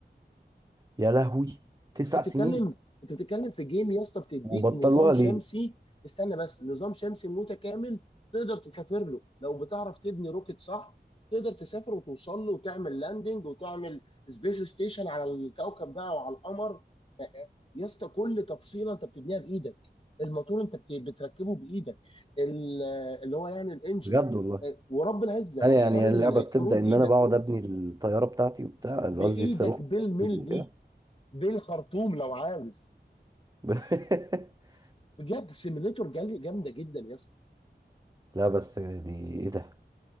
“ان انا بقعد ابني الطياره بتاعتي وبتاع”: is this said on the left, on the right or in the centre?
Right